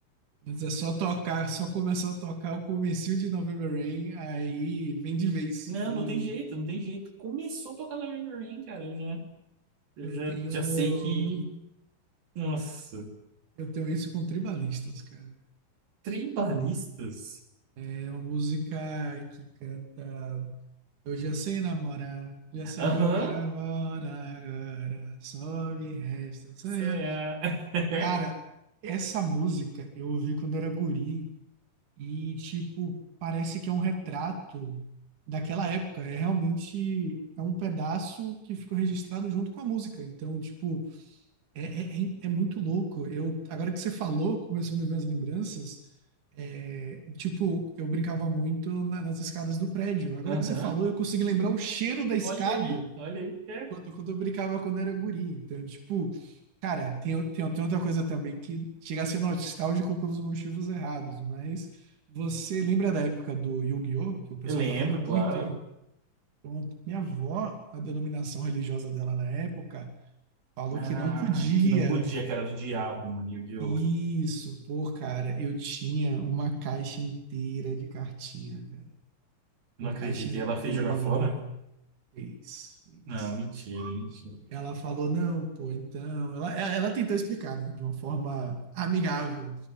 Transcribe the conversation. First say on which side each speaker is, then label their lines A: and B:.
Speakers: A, on the right (about 60°); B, on the right (about 90°).
A: Mas é só tocar, só começar a tocar o comecinho de November Rain, aí vem de vez.
B: Não,
A: Vem...
B: não tem jeito, não tem jeito. Começou a tocar na Memory Lane, cara. Eu já, eu
A: Eu
B: já,
A: tenho
B: já sei que. Nossa,
A: eu tenho isso com tribalistas, cara.
B: tribalistas?
A: É uma música que canta Eu já sei namorar, já sei
B: Aham,
A: jogar a bola agora, só me resta sonhar.
B: isso é. a- <laughs>
A: Cara, essa música eu ouvi quando era guri E, tipo, parece que é um retrato daquela época. É realmente é um pedaço que ficou registrado junto com a música. Então, tipo, é, é, é- é muito louco. Eu, agora que você falou, começou a me ver as lembranças. É, tipo, eu brincava muito na- nas escadas do prédio. Agora
B: Aham,
A: que você falou, eu consegui lembrar o cheiro da escada
B: olha aí, olha aí. É.
A: quando, quando eu brincava quando era guri. Então, tipo, cara, tem, tem, tem outra coisa também que chega a ser nostálgico pelos motivos errados, mas você lembra da época do Yu-Gi-Oh? Que o pessoal
B: Eu lembro,
A: tava muito
B: claro.
A: pronto. Minha avó, a denominação religiosa dela na época, falou
B: Ah,
A: que não podia.
B: que não podia, que era do diabo, mano. Yu-Gi-Oh!
A: Isso, pô, cara, eu tinha uma caixa inteira de cartinha, cara.
B: Não
A: Uma
B: acredito.
A: caixa inteira.
B: E ela fez jogar fora?
A: Fez, fez.
B: Não, mentira, mentira.
A: Ela falou, não, pô, então. Ela, ela tentou explicar, né? De uma forma amigável.